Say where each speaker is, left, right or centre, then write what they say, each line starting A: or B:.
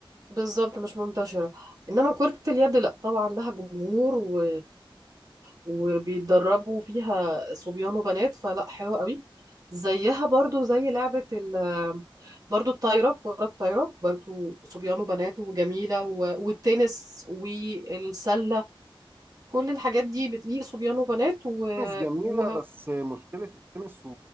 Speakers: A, on the right; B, on the right.
A: بالظبط مش منتشرة إنما كرة اليد لأ طبعا لها جمهور و... وبيتدربوا فيها صبيان وبنات فلأ حلوة قوي زيها برضو زي لعبة ال... برضو الطايرة كرة الطايرة برضو صبيان وبنات وجميلة و... والتنس والسلة كل الحاجات دي بتليق صبيان وبنات و...
B: تنس جميلة
A: و...
B: بس مشكلة التنس و...